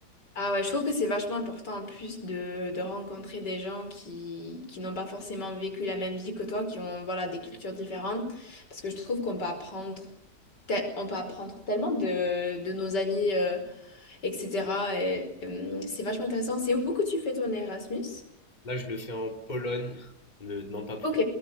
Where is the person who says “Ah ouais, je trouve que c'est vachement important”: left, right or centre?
Left